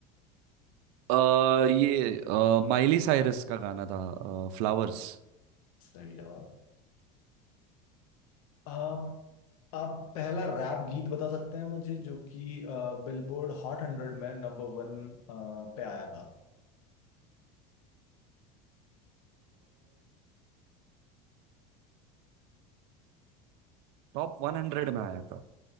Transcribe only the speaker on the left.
सही जवाब आप आप पहला रैप गीत बता सकते हैं मुझे जो कि बिलबोर्ड हॉट हंड्रेड में नंबर वन पे आया था